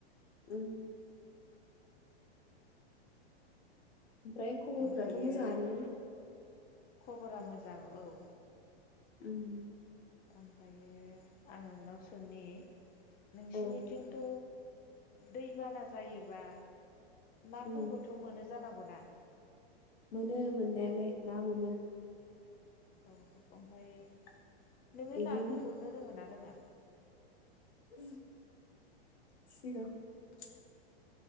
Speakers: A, on the left; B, on the left.
A: उम। ओमफ्राय खबरफोराथ'
B: ओमफ्रायो
A: मोजाङानोमोन?
B: खबरा मोजां औ।
A: उम।
B: ओमफ्रायो आं नोंनाव सोंनि नोंसिनिथिंथ'
A: औ
B: दैबाना जायोबा नाफोरबोथ'
A: उम
B: मोनो जानांगौना?
A: मोनो मोननायालाय ना मोनो।
B: औ ओमफाय नोङो
A: इदिनो
B: नाखो गुरनो रोङो ना रोङा?
A: <unintelligible>